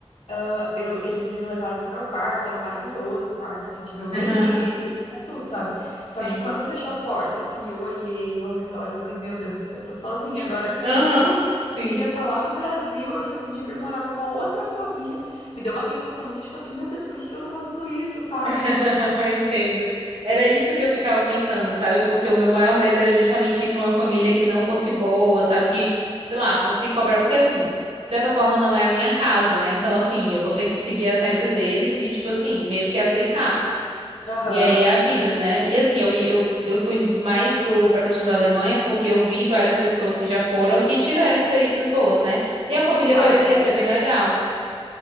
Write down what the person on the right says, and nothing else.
<laughs>
Sim.
Aham. Sim.
<laughs> Entendo. Era isso que eu ficava pensando, sabe? Porque o meu maior medo era justamente ir para uma família que não fosse boa, sabe? Que, sei lá, fosse cobrar. Porque, assim, de certa forma não é a minha casa, né? Então, assim, eu vou ter que seguir as regras deles e, tipo assim, meio que aceitar.
E aí é a vida, né? E, assim, eu, ia- eu, eu fui mais pro, pra questão da Alemanha porque eu vi várias pessoas que já foram e que tiveram experiências boas, né? E a família
parecia ser
bem legal.